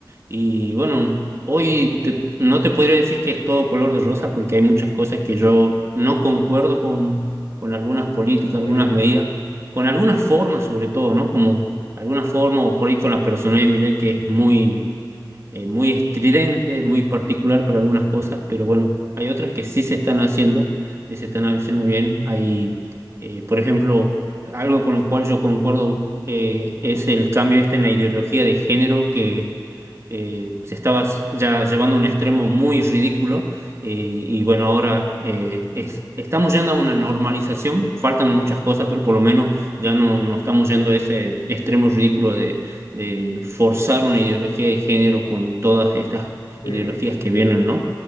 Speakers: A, on the right; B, on the left.
A: y bueno, hoy te- no te podría decir que es todo color de rosa porque hay muchas cosas que yo no concuerdo con, con algunas políticas,
B: como
A: algunas
B: Milei, sí.
A: medidas, con algunas formas sobre todo, ¿no? Como alguna forma o por ahí con la personalidad de Milei que es muy, eh, muy estridente, muy particular para algunas cosas, pero bueno, hay otras que sí se están haciendo, que se están haciendo bien. Hay, eh, por ejemplo, algo con lo cual yo concuerdo eh, es el cambio este en la ideología de género que eh, se estaba ya llevando a un extremo muy ridículo eh, y bueno, ahora eh, es- estamos yendo a una normalización, faltan muchas cosas, pero por lo menos ya no, no estamos yendo a ese extremo ridículo de, de forzar una ideología de género con todas estas
B: Sí,
A: ideologías que vienen, ¿no?